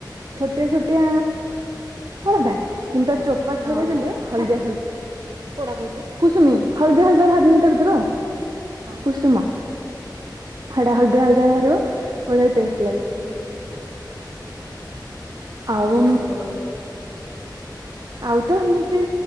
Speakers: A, on the right; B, on the right.
A: ଛୋଟିଆ ଛୋଟିଆ ଫଳଟା କିନ୍ତୁ ଚୋପା
B: ହଁ
A: ଛଡେଇ ଦେଲେ ହଳଦିଆ ହଳ କୁୁସୁମି ହଳଦି ହଳଦିଆ ବାହାରିନି ତ ଭିତରୁ। କୁସୁମ ହେଟା ହଳଦିଆ ହଳଦିଆ ବାହାରିବ ବଢିଆ ଟେଷ୍ଟ ଲାଗେ।
B: ହୁଁ।
A: ଆଉ
B: ଓ ହଉ।
A: ଆଉ ତ ଏମିତି